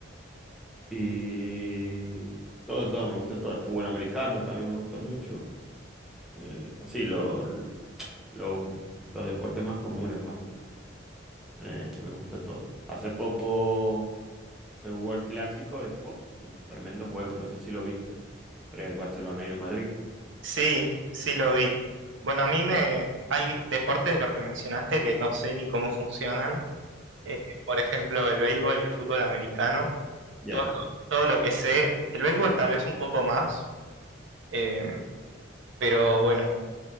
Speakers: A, in the centre; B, on the right.
A: Y todo, todo, me gusta todo. El fútbol americano también me gusta mucho. Eh, sí, lo- lo- los deportes más comunes, vamos. Eh, me gusta todo. Hace poco se jugó el clásico y fue un tremendo juego. No sé si lo viste. Entre el Barcelona y el Madrid.
B: Sí, sí lo vi. Bueno, a mí me... Hay deportes de los que mencionaste que no sé ni cómo funcionan. Eh, por ejemplo, el béisbol y el fútbol americano.
A: Ya.
B: Todo, todo lo que sé. El béisbol tal vez un poco más. eh, pero bueno,